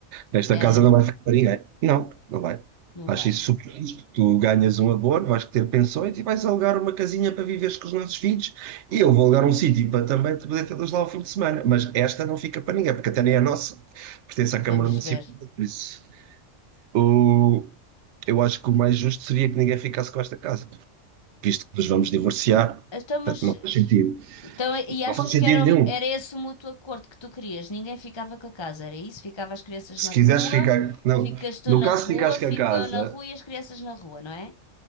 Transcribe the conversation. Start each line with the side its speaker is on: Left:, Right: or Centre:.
Right: Esta
Left: É,
Right: casa não vai ficar para ninguém. Não, não vai.
Left: não
Right: Acho
Left: vai.
Right: isso super justo. Tu ganhas um abono, vais ter pensões e vais alugar uma casinha para viveres com os nossos filhos e eu vou alugar um sítio para também te poder ter lá ao fim de semana. Mas esta não fica para ninguém, porque até nem é nossa. Pertence à Câmara
Left: Vamos
Right: Municipal,
Left: ver.
Right: por isso. O, eu acho que o mais justo seria que ninguém ficasse com esta casa, visto que nos vamos divorciar.
Left: Então, mas
Right: Portanto, não faz sentido.
Left: Então, e achas
Right: Não faz sentido
Left: que era,
Right: nenhum.
Left: era esse o mútuo acordo que tu querias? Ninguém ficava com a casa, era isso? Ficava as crianças
Right: Se
Left: na
Right: quiseres
Left: rua,
Right: ficar. Não.
Left: ficas tu
Right: No
Left: na
Right: caso
Left: rua,
Right: de ficares com
Left: fico
Right: a casa,
Left: eu na rua e as crianças na rua, não é?